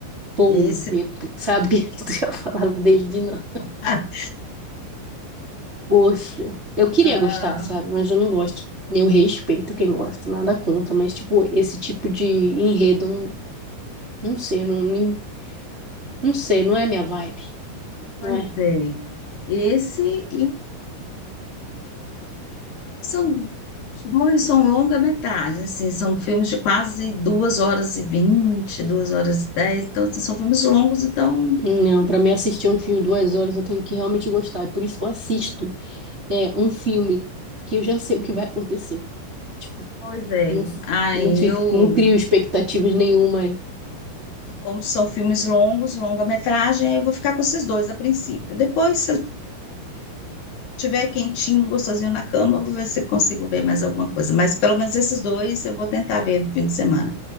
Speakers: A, on the right; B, on the left.
A: Pô,
B: Esse,
A: meu Deus, sabia <laughs> que tu ia falar dele de novo.
B: ah,
A: Poxa, eu queria
B: ah,
A: gostar, sabe? Mas eu não gosto. Eu respeito quem gosta, nada contra, mas, tipo, esse tipo de enredo, não, não sei, não, me- não sei, não é minha vibe,
B: pois
A: não é?
B: é. Esse e. São dois, são longa-metragem, assim, são filmes de quase duas horas e vinte, duas horas e dez, então assim, são filmes longos, então,
A: Não, pra mim assistir um filme duas horas eu tenho que realmente gostar, é por isso que eu assisto é, um filme que eu já sei o que vai acontecer. Tipo,
B: pois é.
A: eu não, f-
B: Aí
A: eu não fico,
B: eu,
A: não crio expectativas nenhuma.
B: e como são filmes longos, longa-metragem, aí eu vou ficar com esses dois a princípio. Depois, se eu tiver quentinho, gostosinho na cama, eu vou ver se eu consigo ver mais alguma coisa, mas pelo menos esses dois eu vou tentar ver no fim de semana.